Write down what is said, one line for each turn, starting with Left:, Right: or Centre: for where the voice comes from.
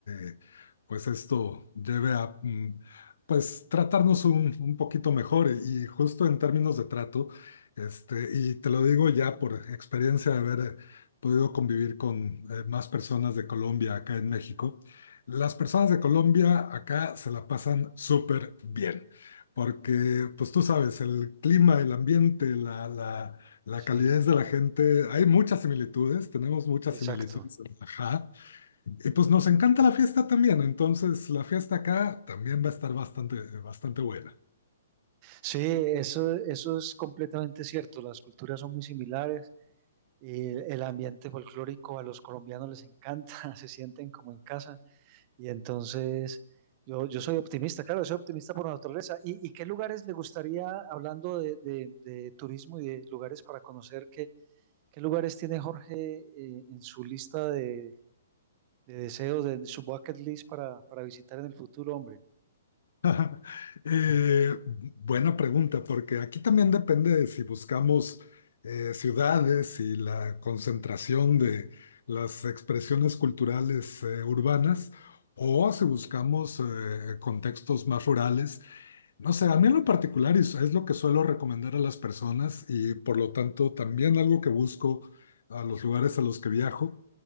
Left: eh, pues esto lleve a, mm, pues tratarnos un, un poquito mejor y, y justo en términos de trato, este, y te lo digo ya por experiencia de haber eh, podido convivir con eh, más personas de Colombia acá en México, las personas de Colombia acá se la pasan súper bien, porque pues tú sabes, el clima, el ambiente, la, la, la
Right: Sí,
Left: calidez de la gente, hay muchas similitudes, tenemos muchas
Right: exacto.
Left: similitudes, ajá. Y pues nos encanta la fiesta también, entonces la fiesta acá también va a estar bastante, bastante buena.
Right: Sí, eso, eso es completamente cierto, las culturas son muy similares. eh, el ambiente folclórico a los colombianos les encanta, <laughs> se sienten como en casa. Y entonces, yo, yo soy optimista, claro, soy optimista por naturaleza. ¿Y, y qué lugares le gustaría, hablando de, de- de turismo y de lugares para conocer, qué, qué lugares tiene Jorge eh, en su lista de, de deseos, de, de su bucket list para, para visitar en el futuro, hombre?
Left: <laughs> Eh, buena pregunta, porque aquí también depende de si buscamos eh, ciudades y la concentración de las expresiones culturales eh, urbanas o si buscamos eh, contextos más rurales. No sé, a mí
Right: Ok,
Left: en lo particular es, es lo que suelo recomendar a las personas y por lo tanto también algo que busco a los lugares a los que viajo